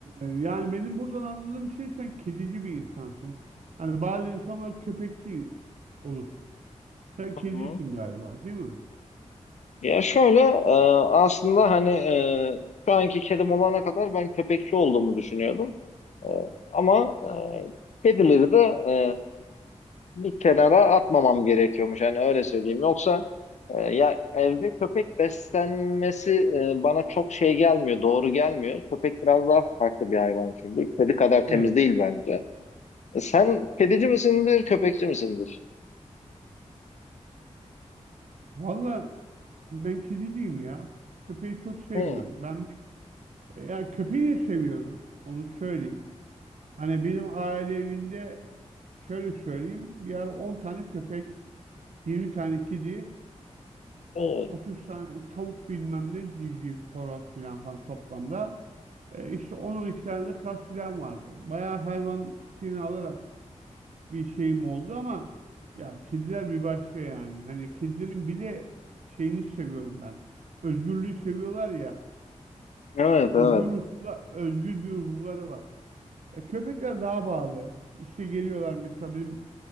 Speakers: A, on the right; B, on the left.
A: yani benim buradan anladığım şey sen kedici bir insansın. Hani bazı insanlar köpekçi olur. Sen kedicisin
B: Hı hı.
A: galiba, değil mi?
B: Ya şöyle e, aslında hani e, şu anki kedim olana kadar ben köpekçi olduğumu düşünüyordum. E, ama e, kedileri de e, bir kenara atmamam gerekiyormuş. Yani öyle söyleyeyim. Yoksa e, ya evde köpek beslenmesi e, bana çok şey gelmiyor, doğru gelmiyor. Köpek biraz daha farklı bir hayvan çünkü. Kedi kadar temiz
A: Evet.
B: değil bence. E, sen kedici misindir, köpekçi misindir?
A: Valla ben kediciyim ya. Köpeği çok sevmiyorum.
B: Hı,
A: Ben bir- ya köpeği de seviyorum. Onu söyleyeyim. Hani benim aile evinde şöyle söyleyeyim. Bir ara 10 tane köpek, 20 tane kedi,
B: hı.
A: 30 tane tavuk bilmem ne civciv, horoz filan falan toplamda. E, işte 10 iki tane de kaz filan vardı. Bayağı hayvan fikrini alarak bir şeyim oldu ama ya kediler bir başka yani. Hani kedilerin bir de şeyini seviyorum ben. Özgürlüğü seviyorlar ya.
B: Evet,
A: Özgür
B: evet.
A: ruhlu, özgür bir ruhları var. E, köpekler daha bağlı. İşte geliyorlar mesela benim